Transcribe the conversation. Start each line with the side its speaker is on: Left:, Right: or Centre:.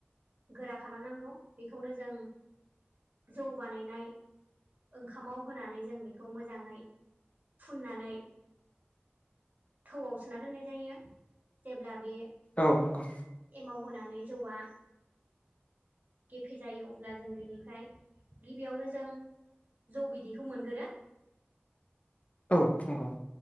Right: गोरा खालामनांगौ बेखौनो जों जौ बानायनाय ओंखामाव होनानै जों बेखौ मोजाङै फुननानै थौआव सोना दोननाय जायो जेब्ला बे
Left: औ नंगौ
Right: एमाव होनानै जौआ गेफे जायो अब्ला जों बिनिफ्राय गिबियावनो जों जौ बिदैखौ मोनगोरो
Left: औ नंगौ